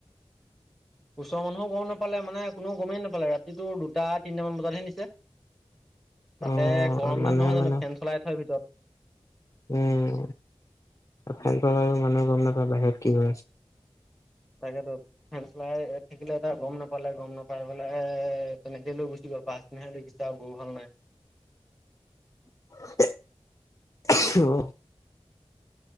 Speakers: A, in the centre; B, on the left.
A: ওচৰৰ মানুহো গম নাপালে মানে কোনেও গমেই নাপালে ৰাতি তোৰ দুটা তিনিটা মান বজাতহে নিছে।
B: <inaudible>
A: তাতে
B: অ',
A: গৰম
B: মানুহে
A: দিন নহয় জানো
B: মানে
A: ফেন চলাই থয় ভিতৰত
B: উম, ফেন চলালে মানুহে গম নাপায় বাহিৰত কি হৈ আছে।
A: তাকেতো ফেন চলাই থাকিলে তাৰ গম নাপালে গম নাপাই পেলাই তেনেকে লৈ গুছি পাছদিনাহে দেখিছে আৰু গৰু হাল নাই।
B: <unintelligible>